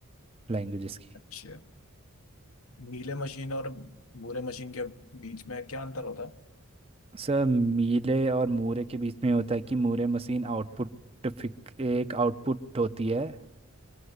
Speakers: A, on the right (about 25°); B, on the left (about 80°).
A: लैंग्वेजेस की
B: अच्छा नीले मशीन और भूरे मशीन के बीच में क्या अंतर होता है
A: सर मीले और मूरे के बीच में होता है कि मूरे मशीन आउटपुट फिक एक आउटपुट होती है